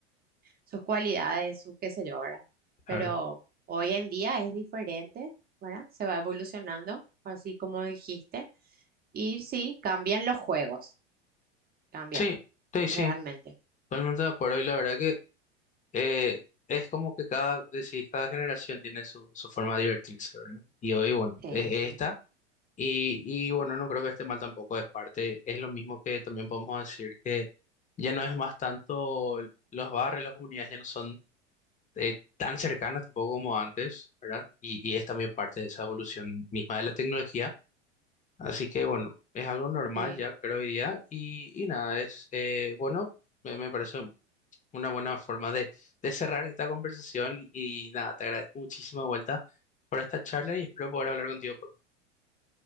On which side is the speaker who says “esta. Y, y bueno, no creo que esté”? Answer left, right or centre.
Left